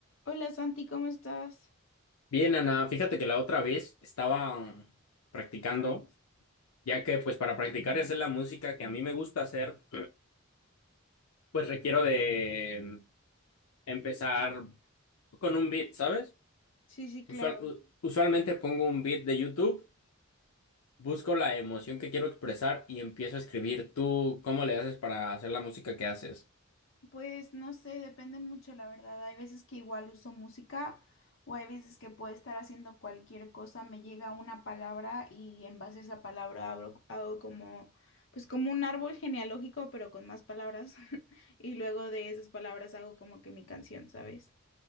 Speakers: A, on the left; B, on the left.
A: Hola Santi, ¿cómo estás?
B: Bien, Ana, fíjate que la otra vez estaba um, practicando, ya que pues para practicar y hacer la música que a mí me gusta hacer, pues requiero de mm, empezar con un beat, ¿sabes?
A: Sí, sí, claro.
B: Usual- u- usualmente pongo un beat de YouTube, busco la emoción que quiero expresar y empiezo a escribir. ¿Tú cómo le haces para hacer la música que haces?
A: Pues no sé, depende mucho, la verdad. Hay veces que igual uso música o hay veces que puedo estar haciendo cualquier cosa, me llega una palabra y en base a esa palabra abro- hago como, pues como un árbol genealógico, pero con más palabras. <laughs> Y luego de esas palabras hago como que mi canción, ¿sabes?